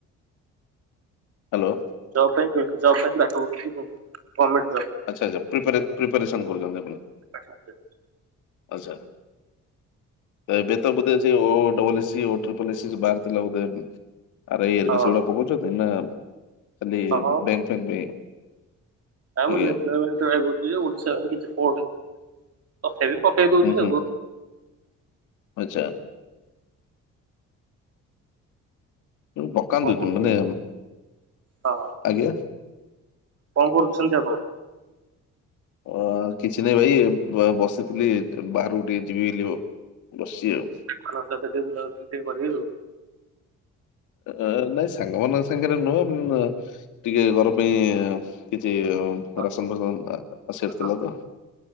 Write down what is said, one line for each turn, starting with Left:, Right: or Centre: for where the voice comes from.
Left: ହ୍ୟାଲୋ।
Right: ଜବ ପାଇଁ ଜବ ପାଇଁ ପାଠ ପଢୁଛି ଗମେଣ୍ଟ ଜବ ପାଇଁ।
Left: ଆଚ୍ଛା ଆଚ୍ଛା ପ୍ରିପାର ପ୍ରିପାରସନ୍ କରୁଛନ୍ତି ଆପଣ
Right: ଗଭର୍ଣ୍ଣମେଣ୍ଟ ଜବ୍ ପାଇଁ
Left: ଆଚ୍ଛା। ଏବେ ତ ବୋଧ ସେ O double S C O triple S C ବାହାରିଥିଲା ବୋଧେ। ଆର ଆଇ ହାରିକା
Right: ହଁ।
Left: ସେଗୁଡା ପିଟୁଛନ୍ତି ନା ଖାଲି
Right: ହଁ ହଁ
Left: ବ୍ୟାଙ୍କ ଫଙ୍କ ପାଇଁ
Right: ଆମର
Left: ଆଜ୍ଞା
Right: <unintelligible> ଓଡିଶା ପାଇଁ କିଛି ପଢିନି ବି ପକେଇ ଦଉଛି
Left: ହୁଁ ହୁଁ
Right: ଆଉ
Left: ଆଚ୍ଛା। ପକାନ୍ତୁ
Right: କଣ କରୁଛନ୍ତି
Left: ମାନେ
Right: ହଁ
Left: ଆଜ୍ଞା।
Right: କଣ କରୁଛନ୍ତି ଆପଣ?
Left: ଅ କିଛି ନହିଁ ଭାଇ ବସିଥିଲି ବାହାରକୁ ଟିକେ ଯିବି ଲି ଆଉ। ବସି ଆଉ।
Right: ଖଲ ଟିକେ ବୁଲାଉଛି ଟିକେ କରିବି ଆଉ।
Left: ଓହୋ ନାଇଁ ସାଙ୍ଗମାନଙ୍କ ସାଙ୍ଗରେ ନୁହଁ ଟିକେ ଘର ପାଇଁ କିଛି
Right: ହଁ
Left: ରାସନ ଭସନ ଆସିଅର୍
Right: ହଁ
Left: ଥିଲା ତ